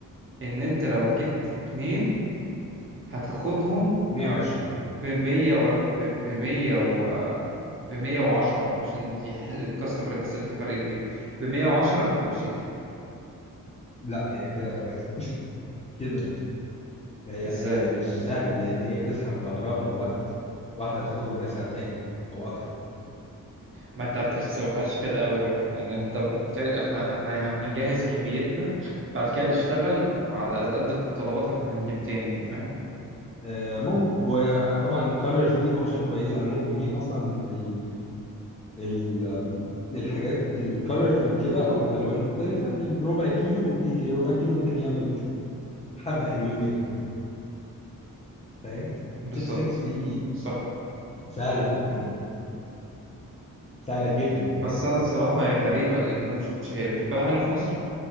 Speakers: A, on the right (about 40°); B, on the left (about 20°).
A: ان انت لو جبت اتنين هتاخدهم
B: 120
A: ب 100 و... ب 100 و... ب 110 عشان يح... الكاستمر يحس ان في فرق كبير ب 110 بالتوصيل
B: لا هي كده لك <laughs> كده لك هي
A: ازاي
B: هي مش سهله لان هي بتسحب كهرباء ووقت واحده هتاخد ربع ساعه تاني او اكتر
A: ما انت ما بتحسبهاش كده قوي برضه لان انت بالتالي احنا احنا هنجهز كميتنا بعد كده نشتغل وعلى قد الطلبات احنا هنجيب تاني انت فاهم
B: آه ممكن وطبعا الكالرز دي اوبشن كويس لان ممكن اجيب اصلا ال ال الحاجات الكالرفل كده او الوان مختلفه الربع كيلو ب 200 جنيه ربع كيلو ممكن يعمل حبه حلوين منهم فاهم
A: بالظبط
B: شيب 6 دي
A: صح
B: سهله تتعمل سهله جدا تتعمل
A: بس انا الصراحه هي غريبه لان انا ما شفتش هي بتتباع هنا في مصر